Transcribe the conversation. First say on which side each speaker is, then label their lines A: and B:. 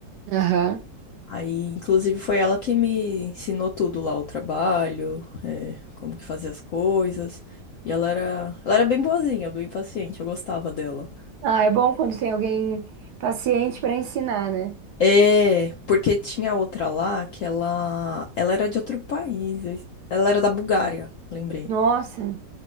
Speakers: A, on the right (about 70°); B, on the left (about 70°).
A: aham.
B: Aí, inclusive, foi ela que me ensinou tudo lá, o trabalho, é, como que fazia as coisas. E ela era, ela era bem boazinha, bem paciente, eu gostava dela.
A: Ah, é bom quando tem alguém paciente pra ensinar, né?
B: É, porque tinha outra lá que ela, ela era de outro país, eu- ela era da Bulgária, lembrei.
A: Nossa.